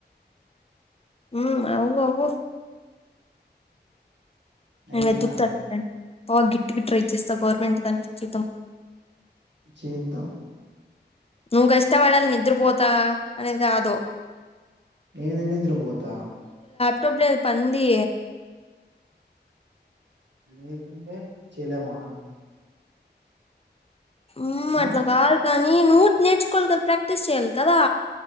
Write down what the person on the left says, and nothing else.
ఉమ్ అవు అవు నేన్
వెతూకుత లే బాగ గిట్టుగా ట్రై చేస్తా గవర్నమెంట్ దానికి చూద్దాం.
నువ్వు కష్టపడాలి నిద్రపోతా అనేది కాదు.
యూట్యూబ్ లేద్ పందీ
ఉమ్
అట్లా కాదు కానీ నుట్ నేర్చుకోవాలి కదా ప్రాక్టీస్ చెయ్యాలి కదా